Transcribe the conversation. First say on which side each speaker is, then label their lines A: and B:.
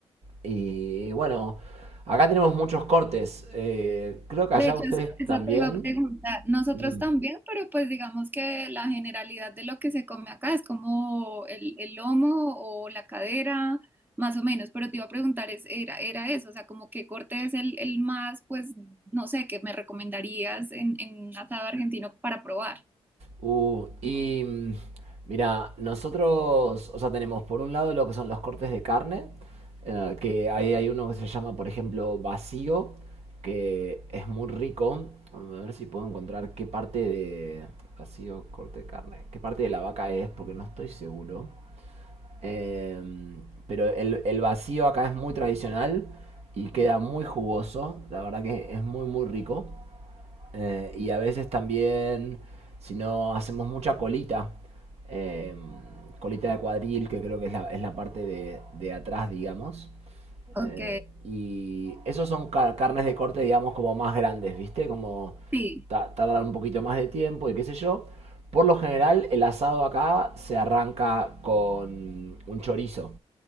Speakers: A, on the right; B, on the right.
A: Y bueno, acá tenemos muchos cortes. Eh, creo que
B: De
A: allá
B: hecho,
A: ustedes
B: eso, eso
A: también.
B: te iba a preguntar. Nosotros
A: Mm.
B: también, pero pues digamos que la generalidad de lo que se come acá es como el, el lomo o la cadera, más o menos. Pero te iba a preguntar, es, era, era eso, o sea, como qué corte es el, el más, pues, no sé, que me recomendarías en, en un asado argentino para probar.
A: Uh, y mm, mira, nosotros, o sea, tenemos por un lado lo que son los cortes de carne, eh, que ahí hay uno que se llama, por ejemplo, vacío, que es muy rico. A ver si puedo encontrar qué parte de vacío, corte de carne, qué parte de la vaca es, porque no estoy seguro. Eh, pero el, el vacío acá es muy tradicional y queda muy jugoso. La verdad que es muy, muy rico. Eh, y a veces también, si no hacemos mucha colita, eh, colita de cuadril, que creo que es la, es la parte de, de atrás, digamos. Eh,
B: Ok,
A: y esos son car- carnes de corte, digamos, como más grandes, ¿viste? Como
B: sí,
A: ta- tardan un poquito más de tiempo y qué sé yo. Por lo general, el asado acá se arranca con un chorizo.